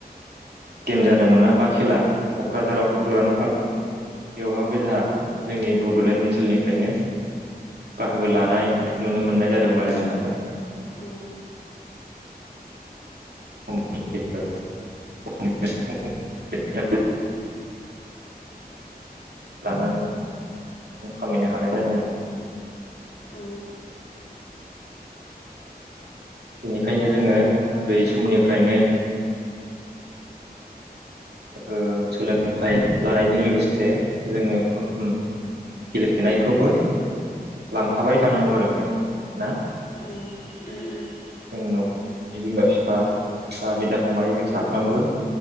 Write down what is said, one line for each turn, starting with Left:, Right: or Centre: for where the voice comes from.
Right: गेम जादोंमोन ना बा खेला क'क्राझाराव
Left: औ
Right: दुरान काप
Left: औ
Right: बेवहाब जाहा जोंनि बड'लेण्ड ओनसोलनिफ्रायनो बाहागो लानाय नुनो मोननाय जादों। लोम आरो जोंह ना
Left: उम।
Right: <unintelligible> लानानै मुं खामायनो हानाय जादोंमोन।
Left: औ।
Right: बेनिखायनो
Left: दा
Right: जोङो
Left: जों माने
Right: उन्दै समनिफ्रायनो ओसोलोंथाइ लानायजों लोगोसे जोङो उम गेलेनायखौबो लांफाबाय थानांगौ आरो माने। ना
Left: औ उम उम
Right: जों न'खरनि बिमा फिफा बा बिदा फंबाय जों साफ्रामबो‌